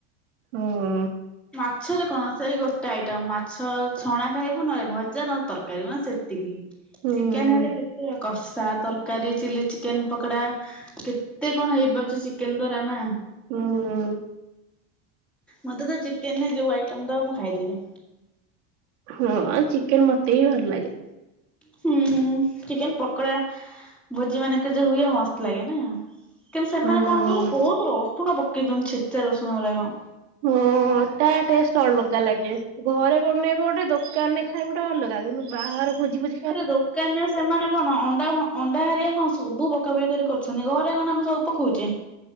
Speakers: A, on the right; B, in the centre.
A: ହୁଁଉଁ।
B: ମାଛରେ କଣ ସେଇ ଗୋଟେ ଆଇଟମ୍ ମାଛ ଛଣା ଖାଇବୁ ନହେଲେ ଭଜା ନହେଲେ ତରକାରୀ ମାନେ ସେ ତିକି,
A: ହୁଁ
B: ଚିକେନ୍ ହେଲେ କେତେ କଷା ତରକାରୀ ଚିଲି ଚିକେନ୍ ପକୋଡା, କେତେ କଣ ହେଇପାରୁଛି ଚିକେନ୍ ଦ୍ଵାରା ନା।
A: ହୁଁଉଁ।
B: ମତେ ତ ଚିକେନ୍ ରେ ଯୋଉ ଆଇଟମ୍ ଦବ ମୁଁ ଖାଇଦେବି।
A: ହୁଁ, ଆଉ ଚିକେନ୍ ମତେ ବି ଭଲ ଲାଗେ।
B: ହୁଁଉଁ ଚିକେନ୍ ପକୋଡା ଭୋଜି ମାନେଙ୍କେରେ ଯୋଉ ହୁଏ ମସ୍ତ ଲାଗେ ନା। କିନ୍ତୁ ସେମାନେ
A: ହଁ।
B: କଣ କଇଲ ବହୁତ୍ ରସୁଣ ପକେଇ ଦୋଓନି ଛେଚା ରସୁଣ ଗୁଡାକ।
A: ହଁଅଁ ତା ଟେଷ୍ଟ ଅଲଗା ଲାଗେ। ଘରେ ବନେଇବ ଗୋଟେ ଦୋକାନରେ ଖାଇବୁ ଗୋଟେ ଅଲଗା, କିନ୍ତୁ ବାହାଗର ଭୋଜି ଫୋଜି
B: ଆରେ ଦୋକାନରେ ସେମାନେ କଣ ଅଣ୍ଡା ଆଉ ହଁ ଅଣ୍ଡା ହେରିକା କଣ ସବୁ ପକା ପକି କରି କରୁଛନ୍ତି। ଘରେ କଣ ଆମେ ସବୁ ପକଉଚେ?